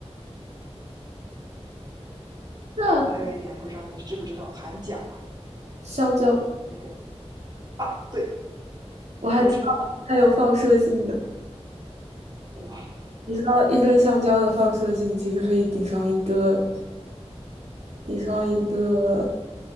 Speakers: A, on the right; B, on the right.
A: 那
B: 然后还有一点不知道你知不知道韩甲
A: 香蕉
B: 那个啊，对，
A: 我还知道它有放射性的。
B: 没错，哇，
A: 你知道一根香蕉的放射性其实可以抵上一个，抵上一个，